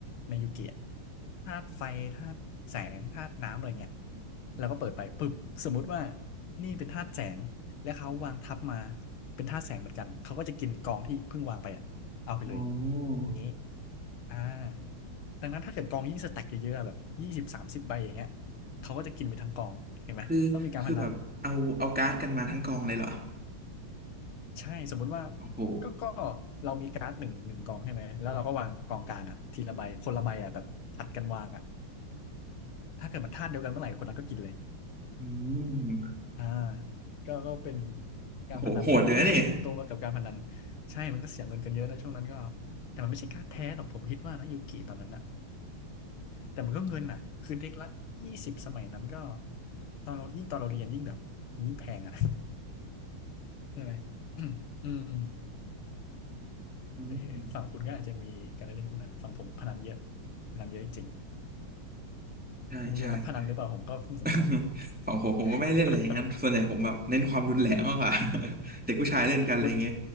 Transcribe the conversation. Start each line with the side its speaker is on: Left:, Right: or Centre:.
Left: ในยูเกียธาตุไฟธาตุแสงธาตุน้ำอะไรเงี้ยเราก็เปิดไปปึ๊บสมมุติว่านี่เป็นธาตุแสงและเขาวางทับมาเป็นธาตุแสงเหมือนกันเขาก็จะกินกองที่เพิ่งวางไปอะเอาไปเลย
Centre: โอ้
Left: อย่างนี้ อ่าดังนั้นถ้าเกิดกองยิ่งสแต็กเยอะๆอะแบบยี่สิบสามสิบใบอย่างเงี้ยเขาก็จะกินไปทั้งกองเห็นไหมต้องมีการพนัน
Centre: คือคือแบบเอาเอาการ์ดกันมาทั้งกองเลยเหรอ
Left: ใช่สมมุติว่า
Centre: โอ้โห
Left: ก็ก็เรามีการ์ดหนึ่งหนึ่งกองใช่ไหมแล้วเราก็วางกองกลางอ่ะทีละใบคนละใบอ่ะแบบผัดกันวางอ่ะถ้าเกิดมันธาตุเดียวกันเมื่อไหร่คนนั้นก็กินเลย
Centre: อืม
Left: อ่าก็ก็เป็นการพนันไม่รู้ทำไมผมโตมากับการพนัน
Centre: โอ้โหโหดอยู่นะนี่
Left: ใช่มันก็เสียเงินกันเยอะนะช่วงนั้นก็แต่มันไม่ใช่การ์ดแท้หรอกผมคิดว่านะยูกิตอนนั้นอ่ะ แต่มันก็เงินอ่ะคือเด็กละยี่สิบสมัยนั้นก็ตอนเรายิ่งตอนเราเรียนยิ่งแบบยิ่งแพงอ่ะ <laughs> ใช่ไหมอืม <coughs> อืม
Centre: อืม
Left: เออฝั่งคุณก็อาจจะมีการเล่นพวกนั้น ฝั่งผมพนันเยอะพนันเยอะจริงๆโรงเรียนรักพนันหรือเปล่าผมก็เพิ่งสงสัย
Centre: ใช่ใช่ใช่ <laughs> ของผมผมก็ไม่ได้เล่นอะไรอย่างนั้นส่วนใหญ่ผมแบบเน้นความรุนแรงมากกว่า
Left: <laughs>
Centre: <laughs> เด็กผู้ชายเล่นกันอะไรอย่างเงี้ย
Left: คุณ